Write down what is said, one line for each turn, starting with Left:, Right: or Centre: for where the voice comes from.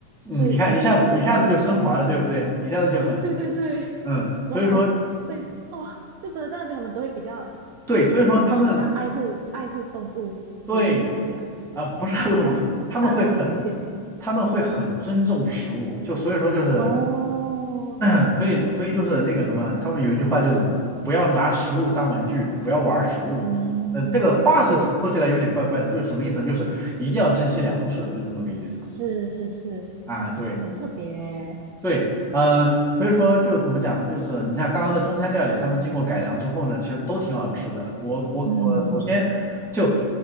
Centre: 嗯，
Right: 所以你他们在那边都会
Centre: 你看一下子一下子就升华了，对不对？一下子就很，
Right: 哦，对对对，
Centre: 嗯，
Right: 哇哦，
Centre: 所以说
Right: 所以哇，就真的在那边他们都会比较，
Centre: 对，
Right: 是不是可以说他们就比较爱护爱护动物、
Centre: 所以说他们对
Right: 植物那些啊？
Centre: 啊，不是爱护动物就他们会很
Right: 哦，哇哦，大开眼界
Centre: 他们会很尊重食物，就所以说就是
Right: 哦，
Centre: <clears throat>
Right: 明白明白，
Centre: 所以所以就是那个什么，他们有一句话就是不要拿食物当玩具，就不要玩儿食物。
Right: 嗯，
Centre: 呃，这个话是说说起来有点怪怪的，
Right: 就
Centre: 就是什么意思呢？就是一定要珍惜粮食，就这么个意思
Right: 是是是，
Centre: 啊。
Right: 哇，
Centre: 对。
Right: 很特别欸
Centre: 对，呃，所以说就怎么讲呢？就是你像刚刚的中餐料理，他们经过改良之后呢，其实都挺好吃的。我我我首先就
Right: 嗯，